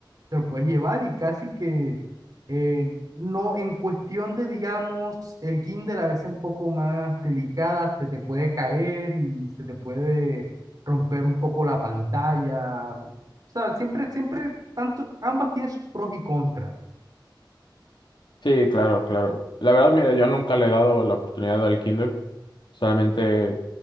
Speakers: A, on the right; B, on the left.
A: Te lo puedes llevar y casi que eh, no, en cuestión de, digamos, el Kindle a veces un poco más delicada, se te puede caer y se te puede romper un poco la pantalla. O sea, siempre, siempre, tanto, ambas tienen sus pros y contras.
B: Sí, claro, claro. La verdad, mira, yo nunca le he dado la oportunidad al Kindle. Solamente